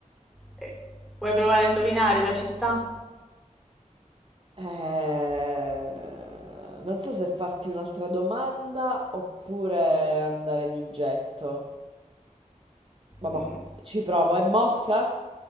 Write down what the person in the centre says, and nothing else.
Eh, vuoi provare a indovinare la città?
Mm,